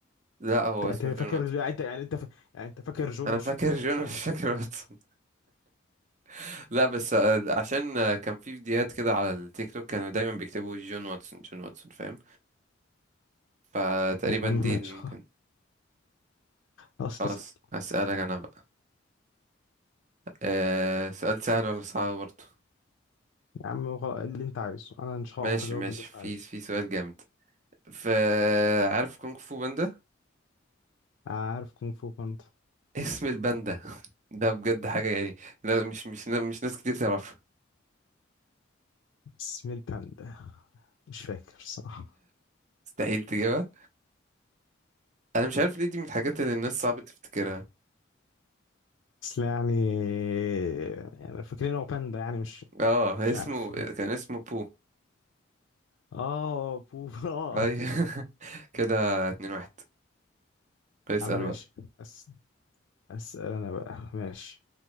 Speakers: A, on the right; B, on the left.
A: لا هو
B: انت
A: اسمه
B: أنت
A: جون
B: فاكر
A: واتسون
B: يعني انت يعني انت ف... يعني انت فاكر جون
A: انا
B: مش
A: فاكر
B: فاكر واتسون
A: جون مش فاكر واتسون <laughs> لا بس آه، عشان آه، كان في فيديوهات كده على التيك توك كانوا دايما بيكتبوا جون واتسون جون واتسون فاهم فتقريبا
B: يا عم
A: دي
B: ماشي
A: اللي ممكن
B: خلاص تسلم
A: خلاص هسألك انا بقى آه سؤال سهل ولا صعب برضه
B: يا عم غل- اللي انت عايزه انا ان شاء
A: ماشي
B: الله هجاوب
A: ماشي
B: اللي انت
A: في
B: عايزه
A: في سؤال جامد ف عارف كونغ فو باندا
B: عارف كونغ فو باندا
A: اسم الباندا <laughs> ده بجد
B: <laughs>
A: حاجة يعني لا مش مش مش ناس كتير تعرفها
B: اسم الباندا مش فاكر الصراحه
A: مستحيل تجيبها انا مش عارف ليه دي من الحاجات اللي الناس صعب تفتكرها
B: بس لا يعني يعني فاكرين هو باندا يعني مش
A: اه هي
B: مش
A: اسمه
B: عارف
A: كان اسمه بو
B: اه بوف <laughs> اه
A: اي <laughs> كده اتنين واحد اسأل
B: عم ماشي
A: بقى
B: أس... اسأل انا بقى ماشي